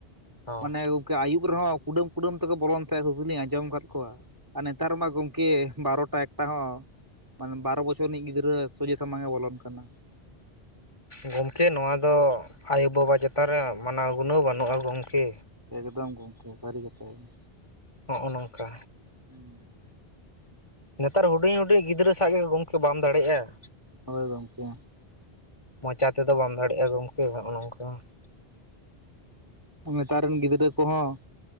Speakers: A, on the left (about 30°); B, on the right (about 20°).
A: ᱦᱚᱸ
B: ᱢᱟᱱᱮ ᱜᱚᱝᱠᱮ ᱟᱹᱭᱩᱵ ᱨᱮᱦᱚᱸ ᱠᱩᱰᱟᱹᱢ ᱠᱩᱰᱟᱹᱢ ᱛᱮᱠᱚ ᱵᱚᱞᱚᱱ ᱛᱟᱦᱮᱸᱱ ᱚᱱᱠᱟᱞᱤᱧ ᱟᱸᱡᱚᱢ ᱟᱠᱟᱫ ᱠᱚᱣᱟ ᱠᱚ ᱟ ᱟᱨ ᱱᱮᱛᱟᱨ ᱢᱟ ᱜᱚᱝᱠᱮ ᱵᱟᱨᱚᱴᱟ ᱮᱠᱴᱟ ᱦᱚᱸ ᱢᱟᱱᱮ ᱵᱟᱨᱚ ᱵᱚᱪᱷᱚᱨ ᱨᱤᱱᱤᱡ ᱜᱤᱫᱽᱨᱟᱹ ᱥᱚᱡᱷᱮ ᱥᱟᱢᱟᱝ ᱮ ᱵᱚᱞᱚᱱ ᱠᱟᱱᱟ
A: ᱜᱚᱝᱠᱮ ᱱᱚᱣᱟ ᱫᱚ ᱟᱭᱳ ᱵᱟᱵᱟ ᱪᱮᱛᱟᱱ ᱨᱮ ᱢᱟᱱᱟᱣ ᱜᱩᱱᱟᱹᱣ ᱵᱟᱹᱱᱩᱜ-ᱟ ᱜᱚᱝᱠᱮ᱾
B: ᱮᱠᱫᱚᱢ ᱜᱚᱝᱠᱮ ᱥᱟᱹᱨᱤ ᱠᱟᱛᱷᱟ ᱜᱮᱸ
A: ᱦᱚᱸ ᱚ ᱱᱚᱜ ᱱᱚᱝᱠᱟ
B: ᱦᱩᱸ,
A: ᱱᱮᱛᱟᱨ ᱦᱩᱰᱤᱧ ᱦᱩᱰᱤᱧ ᱜᱤᱫᱽᱨᱟᱹ ᱥᱟᱶ ᱜᱮ ᱜᱚᱝᱠᱮ ᱵᱟᱢ ᱫᱟᱲᱮᱭᱟᱜᱼᱟ᱾
B: ᱦᱚᱭ ᱜᱚᱝᱠᱮ
A: ᱢᱚᱪᱟ ᱛᱮᱫᱚ ᱵᱟᱢ ᱫᱟᱲᱮᱜ-ᱟ ᱜᱚᱝᱠᱮ ᱦᱚᱸᱚ ᱱᱚᱸᱜ-ᱚ ᱱᱚᱝᱠᱟ
B: ᱱᱮᱛᱟᱨ ᱨᱤᱱ ᱜᱤᱫᱽᱨᱟᱹ ᱠᱚᱦᱚᱸ